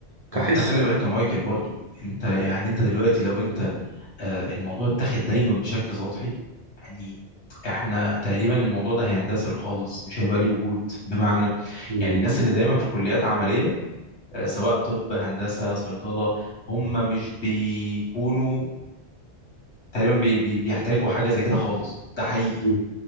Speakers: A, on the right; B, on the left.
A: كحصة
B: ما هو انت خلي بالك يا مايكل برضه انت يعني انت دلوقتي لو انت آه، الموضوع اتاخد دايما بشكل سطحي يعني احنا تقريبا الموضوع ده هيندثر خالص مش هيبقى ليه وجود بمعنى
A: مم.
B: يعني الناس اللي دايما في كليات عملية آه، سواء طب هندسة صيدلة هم مش بيكونوا تقريبا بي بي بيحتاجوا حاجة زي كده خالص ده حقيقي
A: مم.